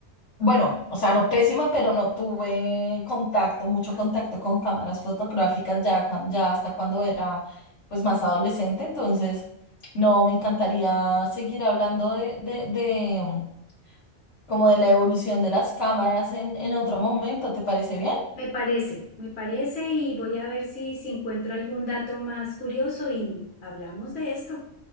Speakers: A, on the left; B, on the left.
A: Bueno, o sea, no pésima, pero no tuve contacto, mucho contacto con cámaras fotográficas ya, cuan- ya hasta cuando era pues más adolescente, entonces no me encantaría seguir hablando de, de, de um, como de la evolución de las cámaras en, en otro momento, ¿te parece bien?
B: Me parece, me parece y voy a ver si, si encuentro algún dato más curioso y hablamos de esto.